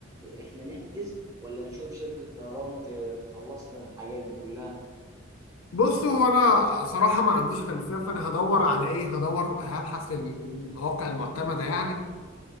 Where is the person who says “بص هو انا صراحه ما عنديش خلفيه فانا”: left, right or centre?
Left